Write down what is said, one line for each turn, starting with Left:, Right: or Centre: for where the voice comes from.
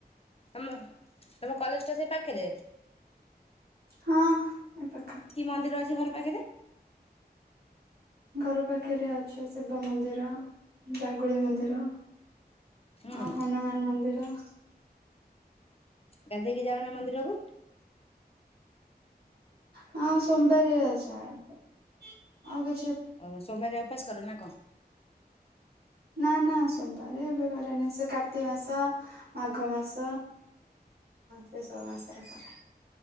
Left: ଆମ ତୁମ କଲେଜ ଟା ସେଇ ପାଖରେ?
Right: ହଁ। ଏ ପାଖରେ
Left: କି ମନ୍ଦିର ଅଛି ଭଲ ଆଗରେ।
Right: ଘର ପାଖରେ ଅଛି ଶିବ ମନ୍ଦିର, ଜାଗୁଳି ମନ୍ଦିର,
Left: ହୁଁ
Right: ଆ ହନୁମାନ ମନ୍ଦିର।
Left: ଗାଧେଇକି ଯାଉନା ମନ୍ଦିରକୁ।
Right: ହଁ ସୋବାର ଅଜ ଆଉ କେ <unintelligible>
Left: ଅ ସୋମବାର ଉପବାସ କର ନା କଣ?
Right: ନାଁ ନାଁ ସୋମବାର ଏବେ କରେନି ସେ କାର୍ତ୍ତିକ ମାସ, ମାଘ ମାସ, ସେ ସବୁ ମାସରେ କରେ।